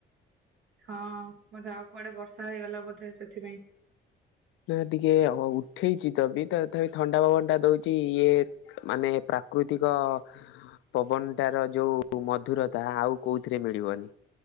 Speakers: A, on the right; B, on the left.
A: ହଁ ବୋଧେ ଆଉ କୁଆଡେ ବର୍ଷା ହେଇଗଲା ବୋଧେ ସେଥିପାଇଁ
B: ନା ଟିକେ ଉଠେଇଚ ତ ବି ତ ତଥାପି ଥଣ୍ଡା ପବନ ଟା ଦଉଛି। ଇଏ ମାନେ ପ୍ରାକୃତିକ ପବନ ଟାର ଯୋଉ ମଧୁରତା ଆଉ କୋଉଥିରେ ମିଳିବନି।